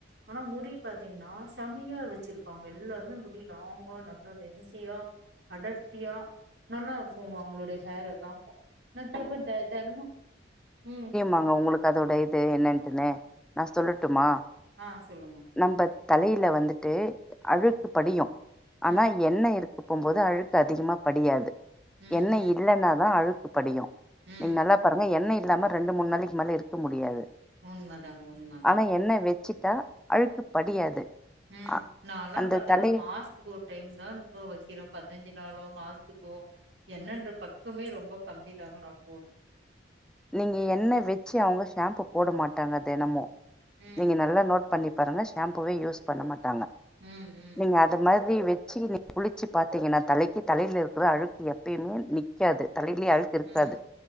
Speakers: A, on the right; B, in the centre.
A: ஆனா முடி பாத்தீங்கனா செமையா வெச்சிருப்பாங்க எல்லாருக்குமே முடி லாங்கா நல்லா லென்தியா அடர்த்தியா நல்லா இருக்குங்க அவுங்களுடைய ஹேர் எல்லா நா கேப்பே தெ தெனமு ம்
B: நாங்க உங்களுக்கு அதோட இது என்னட்டுன்னு நா சொல்லட்டுமா
A: ஆ சொல்லுங்க
B: நம்ப தலையில வந்துட்டு அழுக்கு
A: ம்
B: படியு
A: ம்
B: ஆனா எண்ணெ இருக் கும்போது அழுக்கு அதிகமா படியாது
A: ம்
B: எண்ணெ
A: ம்
B: இல்லனா தா அழுக்கு படியு
A: ம்
B: நீங்க நல்லா பாருங்க எண்ணெ இல்லாம ரெண்டு மூணு நாளைக்கு மேலே இருக்க முடியாது
A: உண்மதாங்க உண்மதா
B: ஆனா என்ன வெச்சிட்டா அழுக்கு படியாது
A: ம்
B: அ
A: நால்லா
B: அந்த
A: பாத்துக்க
B: தலை
A: மாசத்துக்கு ஒரு டைம் தா நம்ப வெக்கிறோ பதினஞ்சு நாளோ மாசத்துக்கோ எண்ணென்ற பக்கமே ரொம்ப கம்மி தாங்க நா போல்
B: நீங்க எண்ணெ வெச்சு அவ்ங்க ஷாம்பு போட மாட்டாங்க தெனமு
A: ம்
B: நீங்க நல்லா நோட் பண்ணி பாருங்க ஷாம்புவே யூஸ் பண்ண மாட்டாங்க
A: ம் ம்
B: நீங்க அது மாரி வெச்சி நீங்க குளிச்சி பாத்தீங்கனா தலைக்கி தலையில இருக்குற அழுக்கு எப்பயுமே நிக்காது தலையிலே அழுக் கு இருக்காது
A: ம்